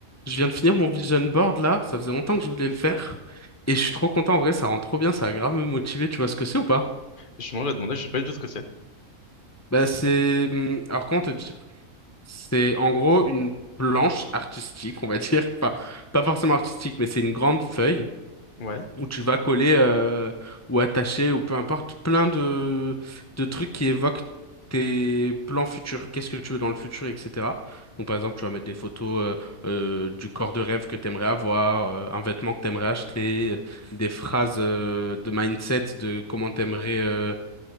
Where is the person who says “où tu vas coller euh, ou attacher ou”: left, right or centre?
Left